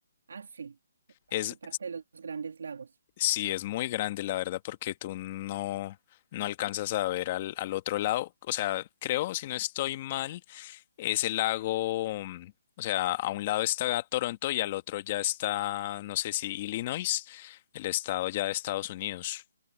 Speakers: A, on the right; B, on the left.
A: Ah, sí, hace
B: es
A: parte de los Grandes Lagos.
B: Sí, es muy grande, la verdad, porque tú no, no alcanzas a ver al, al otro lado. O sea, creo, si no estoy mal, es el lago, mm, o sea, a un lado está Toronto y al otro ya está, no sé si Illinois, el estado ya de Estados Unidos,